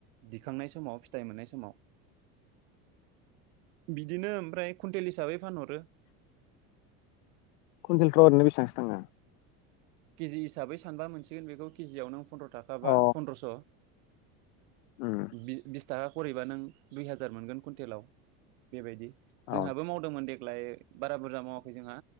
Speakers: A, on the right (about 75°); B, on the left (about 70°).
A: दिखांनाय समाव फिथाइ मोननाय समाव बिद बिनो ओमफ्राय कुन्टेल हिसाबै फानहर रो
B: कुन्तेलफ्राव ओरैनो बेसेबांसो थांङो?
A: के जि हिसाबै सानबा मोनसिगोन बे खौ केजियाव नों फन्द्र थाखाबा
B: अ
A: फन्द्रस
B: उम
A: बि बिस टाका करेबा नों दुइ हाजार मोनगोन कुन्टेलाव बेबायदि।
B: औ
A: जोंहाबो मावदोंमोन देग्लाय बारा बुरजा मावाखै जोंहा